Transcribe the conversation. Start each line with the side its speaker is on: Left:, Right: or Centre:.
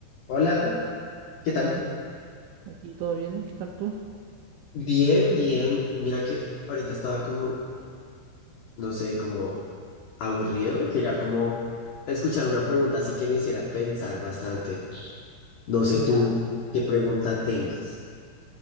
Left: Hola, ¿qué
Right: Hola,
Left: tal?
Right: aquí todo bien, ¿qué tal tú?
Left: Bien, bien. Mira que ahorita estaba como, no sé, como aburrido. Quería como escuchar una pregunta así que me hiciera pensar bastante. No sé
Right: Ya.
Left: tú qué pregunta tengas.